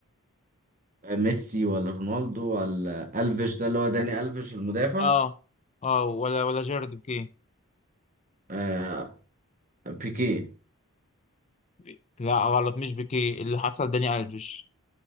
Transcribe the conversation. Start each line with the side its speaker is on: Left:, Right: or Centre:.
Right: آه، ميسي ولا رونالدو ولا ألفيش ده اللي هو داني ألفيش المدافع
Left: اه اه ولا ولا جيرارد بيكيه
Right: آه بيكي
Left: بي- لا غلط مش بيكيه اللي حصل داني ألفيش